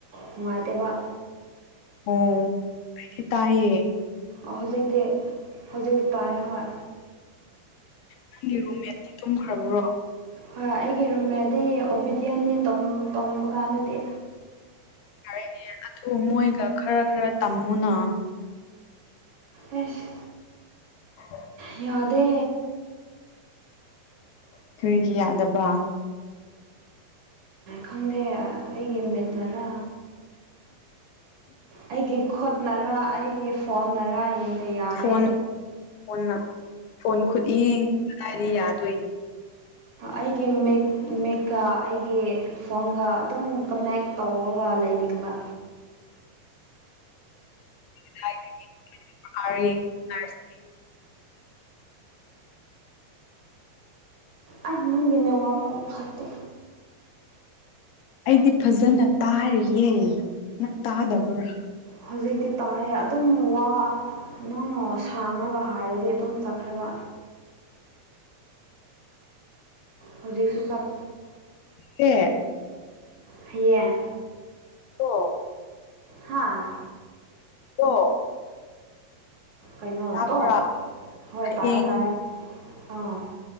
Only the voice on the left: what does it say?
ꯑꯣꯗꯤ ꯇꯑꯌꯦ
ꯅꯪꯒꯤ ꯔꯨꯝꯃꯦꯠꯇꯤ ꯇꯨꯝꯈ꯭ꯔꯕ꯭ꯔꯣ
ꯌꯥꯔꯦꯅꯦ ꯑꯗꯨ ꯃꯣꯏꯒ ꯈꯔ ꯈꯔ ꯇꯝꯃꯨꯅ
<unintelligible>
ꯑꯩꯈꯔꯤꯒꯤ ꯌꯥꯗꯕ
ꯐꯣꯟ ꯐꯣꯟꯅ ꯐꯣꯟ ꯈꯨꯠ ꯌꯦꯡ ꯀꯗꯥꯏꯗꯤ ꯌꯥꯗꯣꯏꯅꯤ
ꯔ
ꯑꯩꯗꯤ ꯐꯖꯅ ꯇꯥꯔꯤꯌꯦꯦ ꯅꯪ ꯇꯥꯗꯕ꯭ꯔꯥ
ꯣꯌꯦ
ꯑꯣ
ꯑ
ꯇꯥꯕ꯭ꯔꯥ
ꯍꯌꯦꯡꯗꯣ